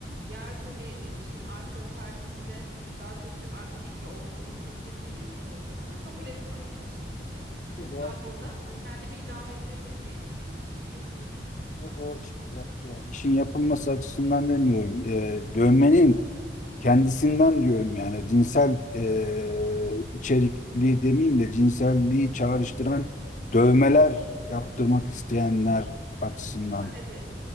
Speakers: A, on the right; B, on the left.
A: Diğer türlü e, işin arka perdesinde daha kötü art niyetli olduğunu hissettiğim bir insan olduğunda kabul etmem hiçbir şekilde. Çünkü
B: Yok o,
A: ben burada ke- kendimi idame ettirdiğim bir e, işi yapıyorum.
B: yok o iş- yap- yani işin yapılması açısından demiyorum. E, dövmenin kendisinden diyorum yani cinsel e, içerikli demeyeyim de cinselliği çağrıştıran dövmeler yaptırmak isteyenler açısından.
A: Ha evet.